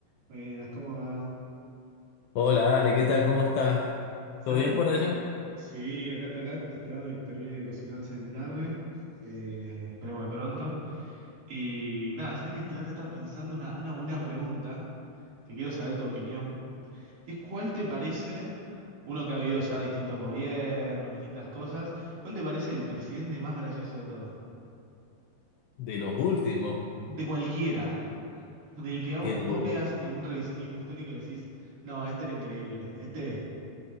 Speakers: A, on the right; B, on the left.
A: Buenas, ¿cómo va?
B: Hola Ale, ¿qué tal? ¿Cómo estás?
A: ¿Sabes
B: ¿Todo bien
A: qué?
B: por allá?
A: Sí, acá, acá esperando que termine de cocinarse mi carne. Eh, esperemos de pronto. Y nada, ¿sabes qué? La está pensando una, una buena pregunta que quiero saber tu opinión. Que es ¿cuál te parece, uno que ha vivido ya distintos gobiernos, distintas cosas, ¿cuál te parece el presidente más gracioso de todos?
B: De los últimos.
A: De cualquiera. Del que a vos,
B: El,
A: vos veas en un revisionismo histórico y decís, no, este era increíble, este,